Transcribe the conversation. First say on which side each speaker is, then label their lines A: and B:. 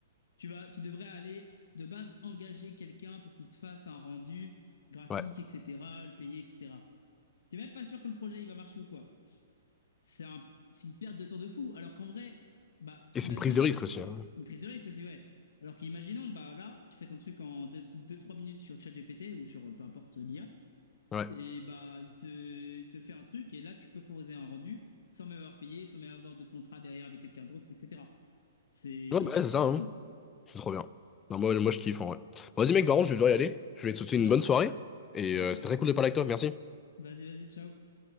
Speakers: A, on the left; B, on the left.
A: Tu vas, tu devrais aller de base engager quelqu'un pour qu'il te fasse un rendu graphique,
B: Ouais.
A: etc., le payer, etc. T'es même pas sûr que le projet il va marcher ou quoi. C'est un- c'est une perte de temps de fou. Alors qu'en vrai, bah,
B: Et c'est
A: imaginons
B: une prise de risque aussi. hein.
A: une prise de risque aussi, ouais. Alors qu'imaginons, bah là, tu fais ton truc en deux trois minutes sur ChatGPT ou sur euh, peu importe l'IA,
B: Ouais.
A: et bah il te, il te fait un truc, et là tu peux proposer un rendu sans même avoir payé, sans même avoir de contrat derrière avec quelqu'un d'autre, etc. C'est
B: Ouais,
A: un
B: bah,
A: gain
B: ouais,
A: de
B: c'est
A: temps
B: ça, hein.
A: de fou.
B: C'est trop bien. Non, moi, moi, je kiffe, en vrai. Bon, vas-y, mec, par contre, je vais devoir y aller. Je vais te souhaiter
A: Ouais,
B: une bonne soirée. Et
A: ouais,
B: euh,
A: bah.
B: c'était très cool de parler avec toi. Merci.
A: Vas-y, vas-y, ciao.